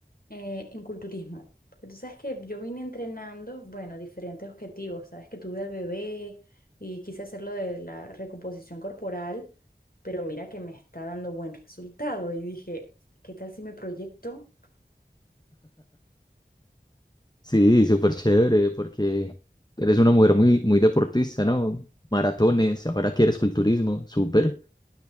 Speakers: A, on the left; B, on the left.
A: eh, en culturismo. Porque tú sabes que yo vine entrenando, bueno, diferentes objetivos. Sabes que tuve al bebé y quise hacerlo de la recomposición corporal, pero mira que me está dando buen resultado. Y dije, ¿qué tal si me proyecto?
B: Sí, súper chévere, porque eres una mujer muy, muy deportista, ¿no? Maratones, ahora quieres culturismo, súper.